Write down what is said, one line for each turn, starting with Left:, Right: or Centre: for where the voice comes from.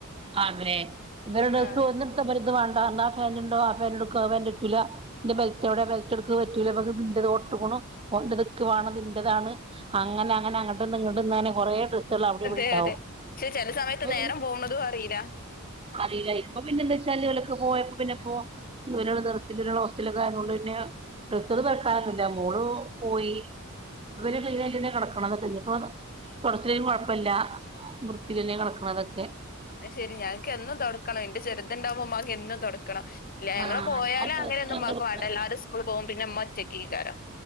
Right: അതെ ഇവരു ഡ്രസ്സ്‌
Left: ആഹ്
Right: വക്ക ബരുധ വണ്ട എന്താ ഫാനുണ്ടോ ആ ഫാനോട് കേവന്റെ ചുല എന്റെ ബലറ്റോവിടെ ബലറ്റ എടുക്ക പറ്റൂലിന്റെത് ഓട്ടക്കണു ഓതക്ക്വാാണ് ഇതിന്റെറെതാണ് അങ്ങനെ അങ്ങനെ അങ്ങട്ടന്ന് ഇങ്ങട്ടന്ന് കൊറെേ ഡ്രസ്സുകൾ അവിടെ
Left: അതെ
Right: ഉണ്ടാവും
Left: അതെ പക്ഷെ ചില സമയത്ത്
Right: ഇപ്പൊ
Left: നേരം
Right: പിന്നെ
Left: പോകണതും അറിയില്ല
Right: അറിയില്ല ഇപ്പൊ പിന്നെ എന്താ വെച്ചാൽ ഇളൊക്ക പോയപ്പ പിന്നെ പോ ർരാ ഹോസ്റ്റല ഒക്കെ ആയുകൊണ്ട്ന്നെ ഇത്ത പറക്കുന്നില്ല മോള് പോയി ഇപ്പര് ക്ലീൻ ആയിട്ട് തന്നെ കിടക്കണത് ഇനിയിപ്പോ തുടച്ചില്ലേലും കുഴപ്പല്ല വൃത്തില് തന്നെ കിടക്കണതൊക്കെ
Left: ശരി ഞങ്ങക്ക് എന്നും തൊടക്കണം എന്റെ ചെറുതുണ്ടാവുമ്പോ മാക്ക് എന്നും തൊടക്കണം ഇല്ല ഞങ്ങള്
Right: ആഹ്
Left: പോയാലും
Right: ഞാൻ ദിവസം
Left: അങ്ങനെയോന്നും
Right: ഞാൻ
Left: ഉമ്മാക്ക്
Right: തുടക്കാറില്ല
Left: വേണ്ട എല്ലാരും സ്കൂളിൽ പോകും പിന്നെ ഉമ്മറ്റക്ക്ങ്ങ്കേറാ